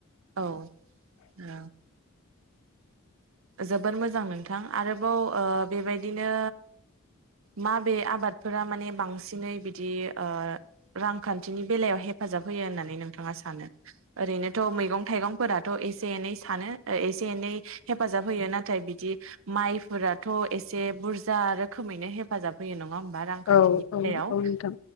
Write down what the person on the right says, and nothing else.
औ ओ। जोबोर मोजां नोंथां आरोबाव ओ बेबायदिनो माबे आबादफोरा माने बांसिनै बिदि ओ रांखान्थिनि बेलायाव हेफाजाब होयो होननानै नोंथाङा सानो ओरैनोथ' मैगं थाइगंफोराथ' एसे एनै सानो एस एनै हेफाजाब होयो नाथाय बिदि माइफोराथ' एसे बुरजा रोखोमैनो हेफाजाब होयो नङा बा रांखान्थिनि
बेलायाव